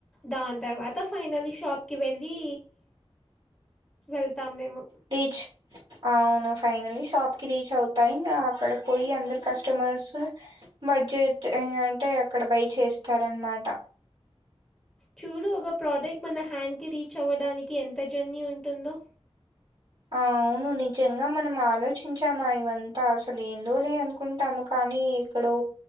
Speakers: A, in the centre; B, on the right.
A: దాని తర్వాత ఫైనలీ షాప్ కి వెళ్ళీ వెళ్తాం మేము.
B: టీచ్ అవును ఫైనలీ షాప్ కి రీచ్ అవుతాయి. అక్కడ పోయి అందరూ కస్టమర్స్ బడ్జెట్ ఇంగ అంటే అక్కడ బై చేస్తారన్నమాట.
A: చూడు, ఒక ప్రోడక్ట్ మన హ్యాండ్కి రీచ్ అవ్వడానికి ఎంత జర్నీ ఉంటుందో.
B: అవును. నిజంగా మనం ఆలోచించామా ఇవంతా అసలు ఏందో లే అనుకుంటాము. కానీ ఎక్కడో